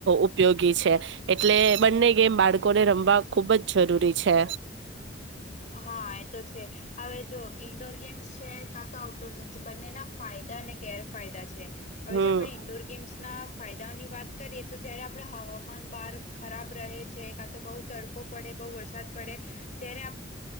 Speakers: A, on the right (about 65°); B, on the left (about 40°).
A: ઉપયોગી છે એટલે બંને ગેમ બાળકોને રમવા ખૂબ જ જરૂરી છે
B: હા એ તો છે હવે જો ઇન્ડોર ગેમ્સ છે કા તો આઉટડોર ગેમ્સ છે બંને ના ફાયદા અને ગેરફાયદા છે હવે
A: હમ
B: જે આપણે ઇન્ડોર ગેમ્સ ના ફાયદાઓની વાત કરીએ તો જયારે આપડ હવામાન બહાર ખરાબ રહે છે કા તો બહુ તડકો પડે બહુ વરસાદ પડે ત્યારે